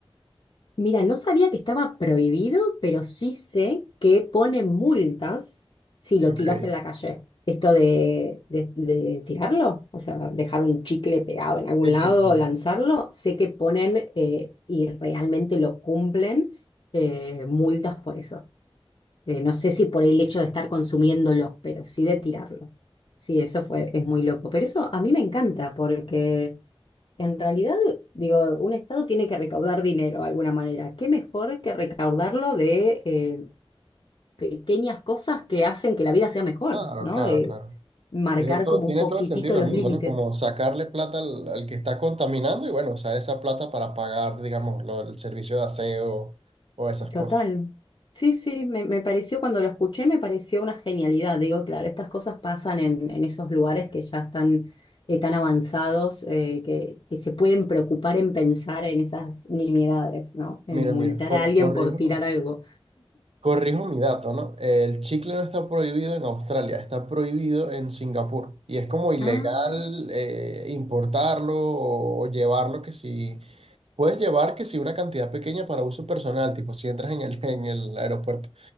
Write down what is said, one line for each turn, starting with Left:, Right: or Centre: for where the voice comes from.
Left: Mira, no sabía que estaba prohibido, pero sí sé que ponen multas si lo
Right: Ok.
Left: tiras en la calle. Esto de, de- de tirarlo, o sea, dejar un chicle pegado en algún
Right: Sí,
Left: lado
Right: sí, sí.
Left: o lanzarlo, sé que ponen eh, y realmente lo cumplen eh, multas por eso. Eh, no sé si por el hecho de estar consumiéndolo, pero sí de tirarlo. Sí, eso fue, es muy loco. Pero eso a mí me encanta porque... En realidad, digo, un Estado tiene que recaudar dinero de alguna manera. ¿Qué mejor que recaudarlo de eh, pequeñas cosas que hacen que la vida sea mejor,
Right: Claro,
Left: ¿no?
Right: claro,
Left: De
Right: claro.
Left: marcar
Right: Tiene todo,
Left: como
Right: tiene
Left: un poquitito
Right: todo el sentido del
Left: los
Right: mundo,
Left: límites.
Right: ¿no? Como sacarle plata al, al que está contaminando y bueno, usar esa plata para pagar, digamos, lo- el servicio de aseo o esas
Left: Total.
Right: cosas.
Left: Sí, sí, me, me pareció, cuando lo escuché, me pareció una genialidad. Digo, claro, estas cosas pasan en, en esos lugares que ya están eh, tan avanzados, eh, que, que se pueden preocupar en pensar en esas nimiedades, ¿no? En
Right: Mira,
Left: multar
Right: mira, co-
Left: a alguien
Right: corrijo,
Left: por tirar algo.
Right: corrijo mi dato, ¿no? El chicle no está prohibido en Australia, está prohibido en Singapur y es como ilegal
Left: ah
Right: eh, importarlo o, o llevarlo que si... Puedes llevar que si una cantidad pequeña para uso personal, tipo si entras en el, <laughs> en el aeropuerto,